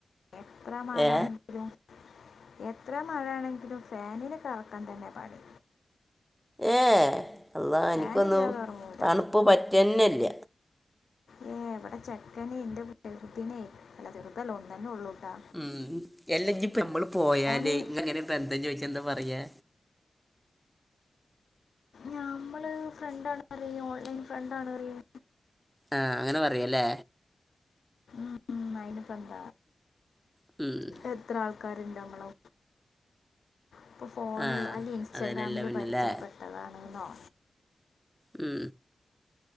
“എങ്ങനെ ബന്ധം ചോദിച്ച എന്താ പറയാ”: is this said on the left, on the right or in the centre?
Centre